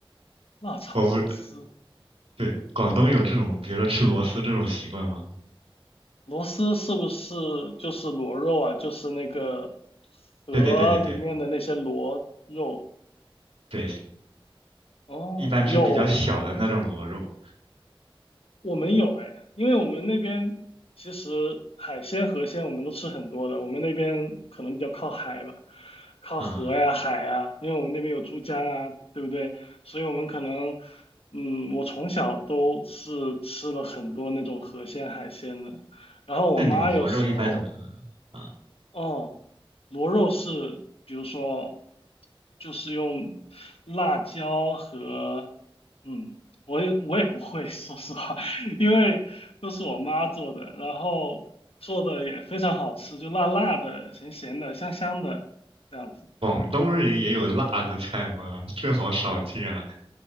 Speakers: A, on the left; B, on the right.
A: 辣炒螺丝，
B: 我不，对，广东有这种，比如说吃螺丝这种习惯吗？
A: 螺丝是不是就是螺肉啊？就是那个河里面的那些螺肉？
B: 对对对对对。对，
A: 哦，
B: 一般是比较小的那种螺肉
A: 有我们有哎，因为我们那边其实海鲜河鲜我们都吃很多的，我们那边可能比较靠海吧，靠河呀海呀，
B: 啊。
A: 因为我们那边有珠江啊，对不对？所以我们可能，嗯，我从小都是吃了很多那种河鲜海鲜的，然后我妈有时候。
B: 那你们螺肉一般怎么啊？
A: 哦，螺肉是，比如说，就是用辣椒和，嗯，我也我也不会，<laughs> 说实话，<laughs> 因为都是我妈做的，然后做的也非常好吃，就辣辣的、咸咸的、香香的这样子。
B: 广东人也有辣的菜吗？这好少见啊！